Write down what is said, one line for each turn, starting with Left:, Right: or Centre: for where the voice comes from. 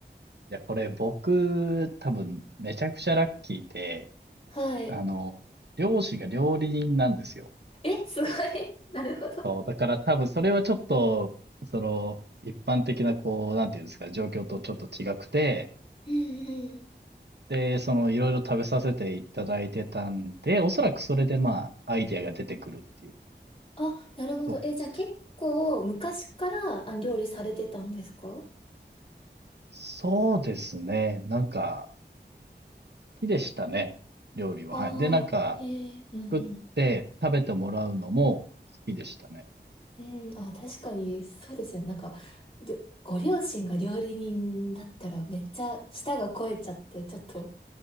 Right: や、これ僕、多分、めちゃくちゃラッキーで、
Left: はい。
Right: あの、両親が料理人なんですよ。
Left: え、すごい。<laughs> なるほど。
Right: そうだから多分それはちょっと、その、一般的なこう、なんていうんですか、状況とちょっと違くて、
Left: うんうん。
Right: で、その、いろいろ食べさせていただいてたんで、おそらくそれでまあ、アイディアが出てくるっていう。
Left: あ、なるほど。
Right: そう。
Left: え、じゃあ結構昔からあ料理されてたんですか
Right: そうですね。なんか、好きでしたね。料理は。
Left: ああー、
Right: はい。で、なんか、
Left: へえ。うんうん
Right: 作って食べてもらうのも好きでしたね。
Left: うん、あ、確かに、そうですよね。なんか、りょご両親が料理人だったらめっちゃ舌が肥えちゃって、ちょっと